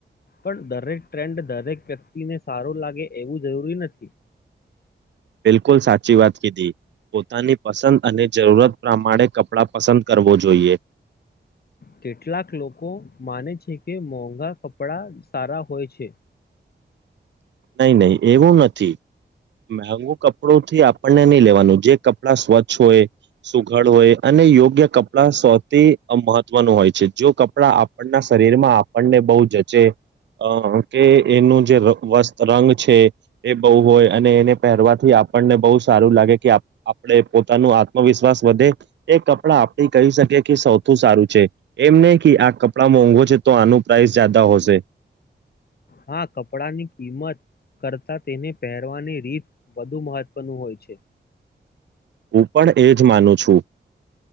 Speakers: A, on the left; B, on the right.
A: પણ દરેક ટ્રેન્ડ દરેક વ્યક્તિને સારું લાગે એવું જરૂરી નથી.
B: બિલકુલ, સાચી વાત કીધી. પોતાની પસંદ અને જરૂરત પ્રમાણે કપડાં પસંદ કરવો જોઈએ.
A: કેટલાક લોકો માને છે કે મોંઘા કપડા. કપડા સારા હોય છે.
B: નહીં, નહી, એવું નથી. મોધુ કપડું થી આપણને નહીં લેવાનું, જે કપડા સ્વચ્છ હોય, સુઘડ હોય, અને યોગ્ય કપડા સૌથી મહત્વનું હોય છે. જો કપડા આપણના શરીર માં આપણને બહુ જચે. અ કે એનું જે વસ રંગ છે, એ બહુ હોય અને એને પહેરવાથી આપણને બહુ સારું લાગે કે. આપણે પોતાનું આત્મવિશ્વાસ વધે, એ કપડાં આપડી કહી શકીએ કે સૌથી સારું છે. એમને કે, આ કપડાં મોંઘો છે, તો આનું પ્રાઇસ જ્યાદા હશે.
A: હા, કપડા ની કિંમત કરતાં તેને પહેરવાની રીત વધુ મહત્વનું હોય છે.
B: હું પણ એ જ માનું છું.